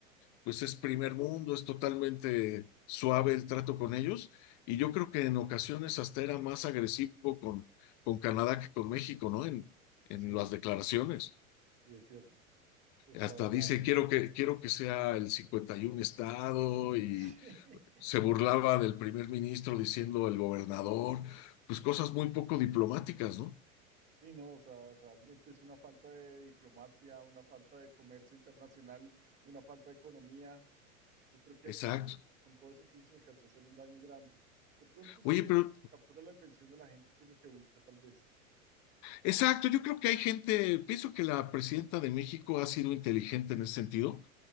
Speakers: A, on the left; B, on the right.
A: pues es primer mundo, es totalmente suave el trato con ellos, y yo creo que en ocasiones hasta era más agresivo con, con Canadá que con México, ¿no? En, en
B: Sí,
A: las declaraciones.
B: sí, es cierto, descabellado.
A: Hasta dice, quiero que, quiero que sea el 51 estado y
B: <laughs>
A: se
B: Sí.
A: burlaba del primer ministro diciendo el gobernador, pues cosas muy poco diplomáticas, ¿no?
B: Sí, no, o sea, realmente es una falta de diplomacia, una falta de comercio internacional, una falta de economía. Yo creo que
A: Exacto.
B: alcanzó, con todo eso que hizo, alcanzó a hacer un daño grande. De pronto sí,
A: Oye, pero
B: él captura la atención de la gente, que es lo que busca tal vez.
A: exacto, yo creo que hay gente, pienso que la presidenta de México ha sido inteligente en ese sentido,